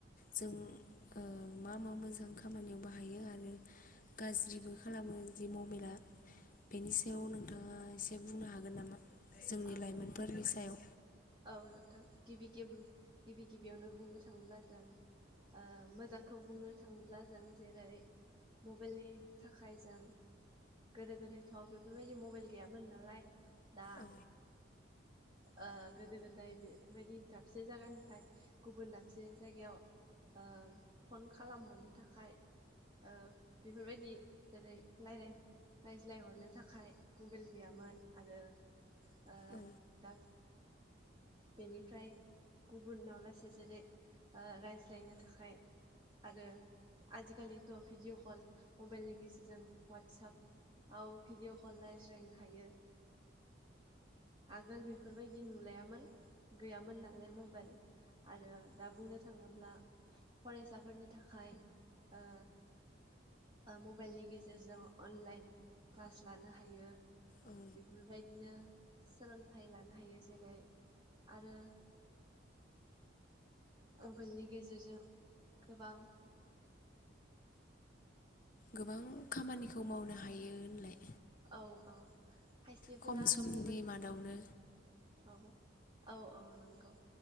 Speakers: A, on the left; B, on the right.
A: जों ओ मा मा मोजां खामानियाव बाहायो आरो गाज्रिबो खालामो जे मबाइला। बेनि सायाव नोंथाङा एसे बुंनो हागोन नामा? जोंनि
B: औ
A: लाइमोनफोरनि सायाव
B: औ नोंथां गिबि गिबि गिबि गिबियावनो बुंनो थाङोब्ला जों ओ मोजांखौ बुंनो थाङोब्ला जों जेरै मबेइलनि थाखाय जों गोदो गोदायथ' बेफोरबायदि मबेइल गैयामोन नालाय दा
A: औ
B: ओ गोदो गोदाय बेफोरबायदि दाबसे जायगानिफ्राय गुबुन दाबसे जायगायाव ओ फन खालामहरनो थाखाय ओ बेफोरबायदि जेरै रायलाय रायज्लायहरनो थाखाय मबाइल गैयामोन आरो ओ
A: औ
B: दा बेनिफ्राय गुबुनाव लासै जेरै ओ रायज्लायनो थाखाय आरो आजिखालिथ' भिडिअ कल मबाइलनि गेजेरजों वातसाप आव भिडिअ कल रायज्लायनो हायो। आगोल बेफोरबायदि नुलायामोन गैयामोन नालाय मबेइल। आरो दा बुंनो थाङोब्ला। फरायसाफोरनि थाखाय ओ ओ मबाइलनि गेजेरजों अनलाइन क्लास लानो हायो।
A: औ
B: बेबायदिनो सोलोंथाइ लानो हायो जेरै आरो मबेइलनि गेजेरजों गोबां
A: गोबां खामानिखौ मावनो हायो होनलाय?
B: औ औ खायसेफोरा
A: खम समनि
B: मबेइल
A: मादावनो
B: <unintelligible> औ औ औ नंगौ।